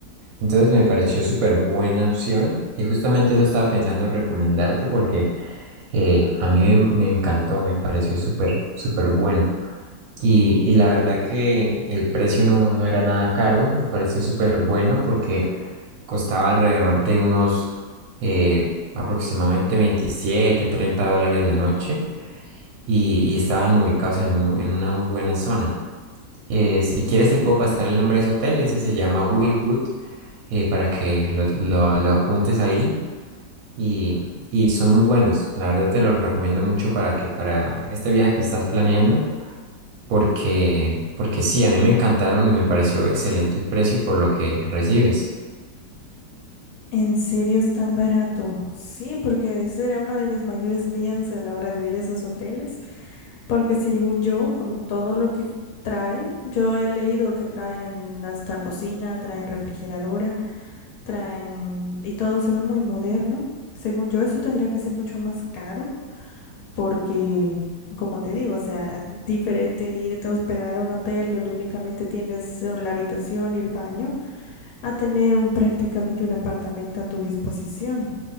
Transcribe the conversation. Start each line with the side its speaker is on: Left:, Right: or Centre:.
Right: Entonces me pareció súper buena opción y justamente eso estaba pensando recomendarte porque eh, a mí me, me encantó, me pareció súper, súper bueno. Y, y la verdad que el precio no, no era nada caro, me pareció súper bueno porque costaba alrededor de unos eh, aproximadamente 27 30 dólares la noche y, y estaban ubicados en, mu- en una muy buena zona. Eh, si quieres te puedo pasar el nombre de ese hotel, ese se llama Wynwood, eh, para que lo, lo- lo apuntes ahí y, y son muy buenos. La verdad te los recomiendo mucho para que para este viaje que estás planeando, porque, porque sí, a mí me encantaron y me pareció excelente el precio por lo que recibes.
Left: ¿En serio es tan barato? Sí, porque ese era uno de mis mayores miedos a la hora de ir a esos hoteles, porque según yo, con todo lo que traen, yo he leído que traen hasta cocina, traen refrigeradora, traen y todo se ve muy moderno. Según yo, eso tendría que ser mucho más caro, porque, como te digo, o sea, diferente irte a hospedar a un hotel donde únicamente tienes eh, la habitación y el baño a tener un prácticamente un apartamento a tu disposición.